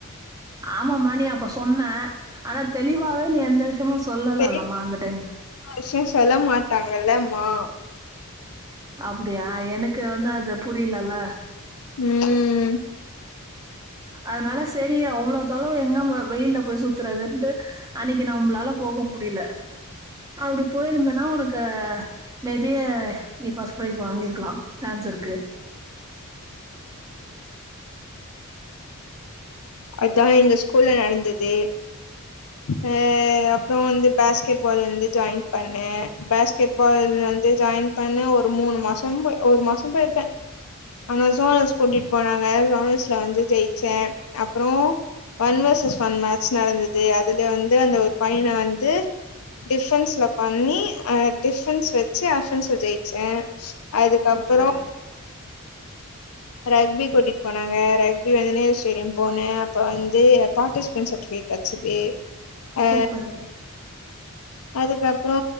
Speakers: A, on the right; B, on the left.
A: ஆமமா நீ அப்ப சொன்ன ஆனா தெளிவாவே நீ எந்த விஷ் சும்மா சொல்லலல்லமா
B: தெரி
A: அந்த டைம்
B: விஷய சொல்ல மாட்டாங்கல்ல மா
A: அப்புடியா எனக்கு வந்து அது புரிய்லல்ல
B: ம்
A: அதனால செரி அவ்ளோ தொளவு எங்க ம வெயில்ல போய் சுத்துறதுன்ட்டு அன்னிக்கி நம்ப்ளால போக முடில அப்டி போயிருந்தனா உனக்கு மேபி அ நீ ஃபஸ் ப்ரைஸ் வாங்கிருக்லா சான்ஸ் இருக்கு
B: அதா எங்க ஸ்கூல்ல நடந்தது அ அப்றோ வந்து பேஸ்கெட்பால் வந்து ஜாயின் பண்ணே பேஸ்கெட்பால் வந்து ஜாயின் பண்ண ஒரு மூணு மாசம் போய் ஒரு மாசம் பேயிர்க்க ஆனா ஜோனல்ஸ் கூட்டிட் போனாங்க ஜோனல்ஸ்ல வந்து ஜெயிச்ச அப்றோ வன் வர்சஸ் வன் மேட்ச் நடந்துது அதுல வந்து அந்த ஒரு பையன வந்து டிஃபன்ஸ்ல பண்ணி அ டிஃபன்ஸ் வெச்சு அஃபன்ஸ்ல ஜெயிச்ச அதுகப்புறோ
A: சூப்பரு
B: ரக்பி கூட்டிட் போனாங்க ரக்பி வந்து நேரு ஸ்டேடியம் போனே அப்ப வந்து பார்டிஸ்பென் சர்டிஃபிகேட் கச்சுதே அ
A: சூப்பரு
B: அதுக்கப்றோ